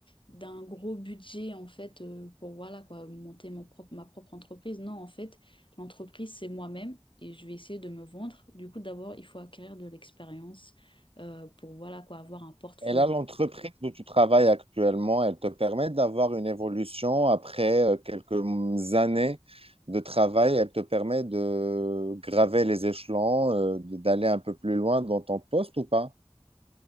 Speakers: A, on the left (about 55°); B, on the right (about 70°).
A: d'un gros budget, en fait, euh, pour, voilà, quoi, monter mon propre, ma propre entreprise. Non, en fait. L'entreprise, c'est moi-même et je vais essayer de me vendre. Du coup, d'abord, il faut acquérir de l'expérience euh, pour voilà quoi, avoir un portfolio.
B: Et là, l'entreprise où tu travailles actuellement, elle te permet d'avoir une évolution après euh, quelques m- années de travail. Elle te permet de graver les échelons, euh, de- d'aller un peu plus loin dans ton poste ou pas?